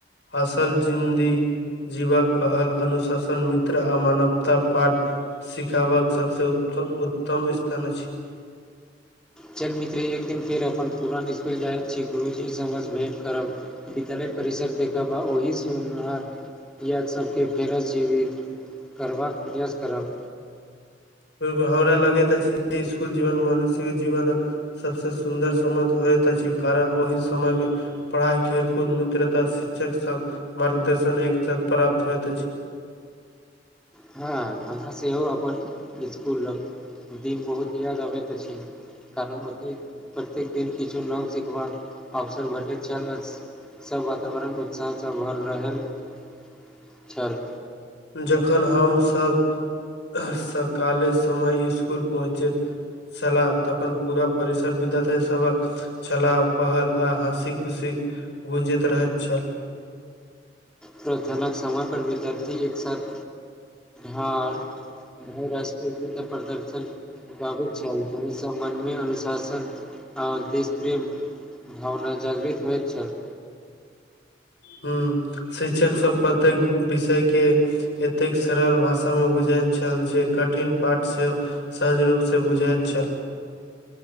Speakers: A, on the left; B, in the centre.
A: असल जिन्दी जीवाक कहल अनुशासन मित्र आ मानवता पाठ सिखाबाक सबसे उत उत्तम स्थान अछि
B: चल मित्र एक दिन फेर अपन पुरान इसकुल जाइत छी गुरुजीसँ हम अर भेँट करब विद्यालय परिसर देखबा ओहि सुनहार याद सभके फेरत जिबीत करबाक प्रयास करब
A: बिलकुल हमरा लगैत अछि जे इसकुल जीवन मनुष्यके जीवनक सबसँ सुन्दर समय होइत अछि कारण ओहि समय मऽ पढ़ाई खेल कूद मित्रता शिक्षक सब मार्गदर्शन एक साथ प्राप्त होयइत अछि
B: हँ हमरा सेहो अपन स्कूलक दिन बहुत याद अबैत अछि कारण ओतेक प्रत्येक दिन किछु नव सिखबाक अवसर भेटैत छल <unintelligible> सभ वातावरण उत्साहसँ भर रहल छल
A: जखन हमसभ सकाले समय इसकुल पहुँचैत सलाह तखन पूरा परिसर विद्यार्थी सभक छला पहल आ हँसी खुशी गूंजैत रहैत छल
B: प्रथनाक समय पर विद्यार्थी एक साथ ह राष्ट्रीय गीत आ प्रदर्शन गाबैत छल ओहिसँ मनमे अनुशासन आ देश प्रेम भावना जागृत होइत छल
A: हूं शिक्षक सब प्रतेक विषय के एतेक सरल भाषामे बुझैत छल जे कठिन पाठसँ सहज रूप से बुझाइत छल